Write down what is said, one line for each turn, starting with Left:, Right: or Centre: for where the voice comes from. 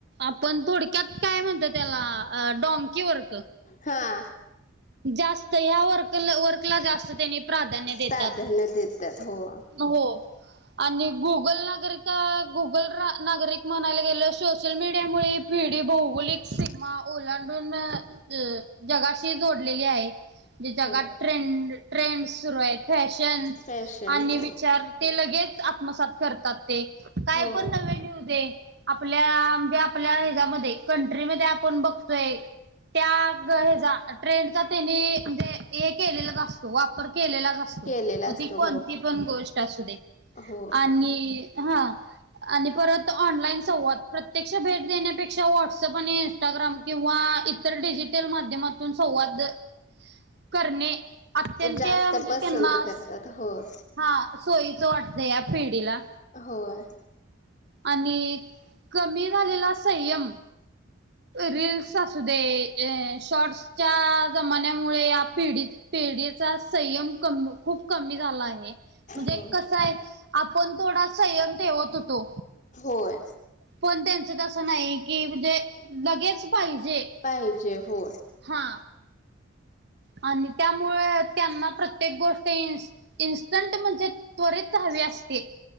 Right: आपण थोडक्यात काय म्हणत त्याला ड की वर्क
Left: हा
Right: जास्त ह्या वर्क वर्कला जास्त त्यानी प्राधान्य देतात.
Left: प्राधान्य देतात हो.
Right: हो आणि गुगल नागरिक गुगल, नागरिक म्हणायला गेले. सोशल मीडियामुळे भीड ते भौगोलिक सीमा ओलांडून अ जगाशी जोडलेली आहे. जे जगात
Left: हो
Right: ट्रेंड, ट्रेंड सुरू आहेत फॅशन्
Left: फॅशन
Right: आणि
Left: हो
Right: विचार ते लगेच आत्मसात करतात ते काय
Left: हो
Right: पण नवे येउदे. आपल्या म्हणजे आपल्या हेच्यामध्ये कंट्रीमध्ये आपण बघतोय त्या हेचा ट्रेंडचा त्यांनी म्हणजे हे केलेलाच असतो वापर केलेलाच असतो
Left: केलेला
Right: मग
Left: असतो
Right: ती कोणती पण गोष्ट असू दे.
Left: हो.
Right: आणि हा आणि परत ऑनलाईन संवाद, प्रत्यक्ष भेट देण्यापेक्षा व्हॉट्सअप आणि इंस्टाग्राम किंवा इतर डिजिटल माध्यमातून संवाद <inaudible> करणे अत्यंत
Left: जास्त
Right: म्हणजे
Left: पसंत
Right: त्यांना अस
Left: करतात होय
Right: हा सोयीचं वाटतं या पिढीला.
Left: होय.
Right: आणि कमी झालेला संयम रीलस असू दे, शॉर्ट्सच्या जमान्यामुळे या पिढी पिढीचा संयम कम खूप कमी झाला आहे. म्हणजे
Left: होय.
Right: कस आहे आपण थोडा संयम ठेवत होतो.
Left: होय.
Right: पण त्यांच तसं नाही की म्हणजे लगेच पाहिजे.
Left: पाहीजे हो.
Right: हा. आणि त्यामुळे त्यांना प्रत्येक गोष्ट इन इन्स्टंट म्हणजे त्वरित हवी असते.